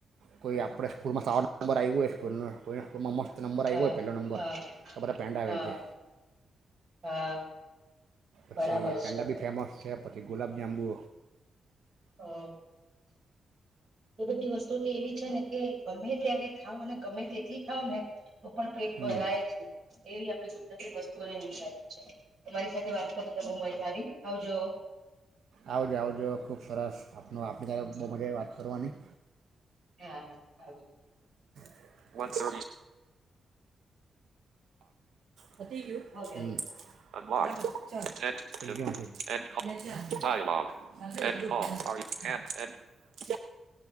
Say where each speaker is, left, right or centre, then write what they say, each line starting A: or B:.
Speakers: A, on the right; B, on the right.
A: કોઈ આપણે સ્કૂલમાં સાવા નંબર આવ્યું હોય સ્કૂલનું તોમાં મસ્ત નંબર આવ્યો
B: હા
A: હોય પહેલો નંબર
B: હા
A: તો બધા પેંડા
B: હા
A: વેચે
B: હા બરાબર
A: પછી પેંડા
B: છે
A: ભી ફેમસ છે તે ગુલાબજંબુ
B: હમ એ બધી વસ્ત વુ તો એવી છે ને કે ગમે ત્યારે ખાવ ગમે તેટલી ખાવ ને તો પણ પેટ
A: હમ
B: ભરાય જ ની એવી <unintelligible> વસ્તુ <inaudible> તમારી સાથે વાત કરીને બો મજા આવી આવજો
A: આવજો આવજો ખૂબ સરસ આપનો આપની સાથે બો મજા વાત કરવાની
B: હા હા હ
A: <unintelligible> <inaudible>
B: ભવ્ય.
A: <unintelligible>